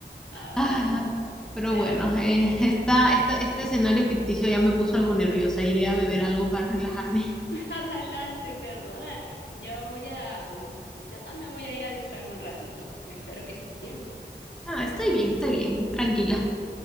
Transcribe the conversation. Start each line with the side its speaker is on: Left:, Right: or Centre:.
Left: Ah,
Centre: Ah, pero
Left: pero
Centre: bueno, eh, esta- esta- este escenario ficticio ya me puso algo nerviosa. Iré a beber algo para relajarme.
Left: <laughs> adelante, perdona. Yo voy a, yo también voy a ir a distraerme un ratito. Espero que estés bien.
Centre: Ah, estoy bien, estoy bien, tranquila.